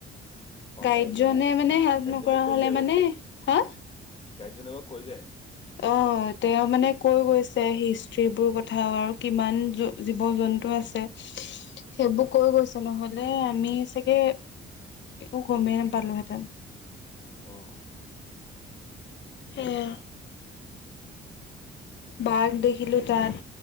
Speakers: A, on the left; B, on the left.
A: অ
B: গাইডজনে
A: গাইডজন সি
B: মানে হেল্প
A: গাইডজনে
B: নকৰা
A: কৈ
B: হ'লে
A: যায় বাৰু
B: মানে, হা!
A: গাইডজনে আকৌ কৈ যায়।
B: অহ, তেওঁ মানে কৈ গৈছে হিষ্ট্ৰীবোৰ কথাও আৰু কিমান জ-জীৱ-জন্তু আছে। সেইবোৰ কৈ গৈছে নহ'লে আমি চাগে একো গমে নাপালো হেতেঁন।
A: অহ।
B: সেয়া। বাঘ দেখিলোঁ তাত,